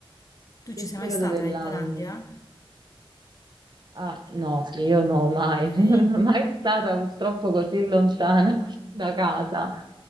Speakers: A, on the left; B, on the right.
A: Tu
B: Che
A: ci sei
B: periodo
A: mai stata
B: dell'anno?
A: in Thailandia?
B: Ah, no, sì, io no, mai,
A: Ok.
B: <laughs> non sono mai stata purtroppo così lontana da casa.